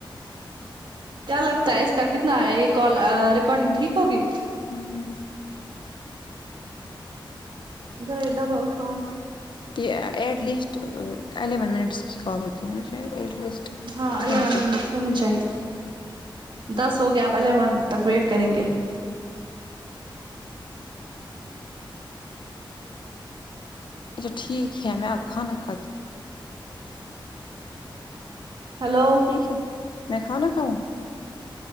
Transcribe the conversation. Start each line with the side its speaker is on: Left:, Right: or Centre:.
Right: کیا لگتا ہے اس کا کتنا ہے یہ کال آ ریکارڈنگ ٹھیک ہوگی
Left: ہوں
Right: ذرا ریٹ بہت ٹھاس سے
Left: کہ ایٹ لیسٹ الیون منٹس کی کال ہوتی ہے نا شاید ایٹ لیسٹ
Right: ہاں الیون
Left: ہونی چاہیے
Right: ن ن ہونی چاہیے دس ہو گیا آب الیون تک ویٹ کریں گے
Left: اچھا ٹھیک ہے میں اب کھانا کھاتی ہوں
Right: ہیلو
Left: ٹھیک ہے میں کھانا کھاؤں